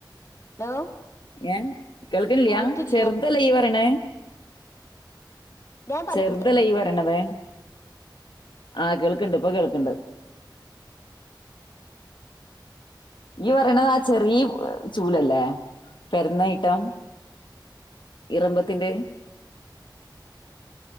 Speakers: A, on the left; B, on the left.
A: ഹലോ
B: ഞാൻ കേൾക്കുന്നില്ലാ
A: പോയിട്ടില്ല
B: ചെറുതല്ലേ ഇയ്യ് പറയണേ
A: ഞാൻ പഠിക്കില്ലേ
B: ചെറുതല്ലേ ഇയ്യ് പറയണത് ആഹ് കേൾക്ക്ണ്ട് ഇപ്പം കേൾക്ക്ണ്ട് ഇയ്യ്‌ പറയണത് ആ ചെറിയ ചൂലല്ലേ പെരന്ന ഐറ്റം ഇറമ്പത്തിൻ്റെ